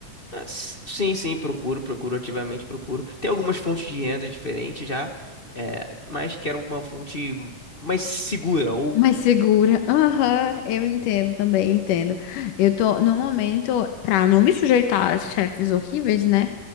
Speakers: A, on the left (about 45°); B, on the left (about 75°).
A: mas, sim, sim, procuro, procuro ativamente, procuro. Tem algumas fontes de renda diferentes já, é, mas quero alguma fonte mais segura, ou
B: Mais segura. Aham, eu entendo também, entendo. Eu tô, no momento, pra não me sujeitar a chefes horríveis, né?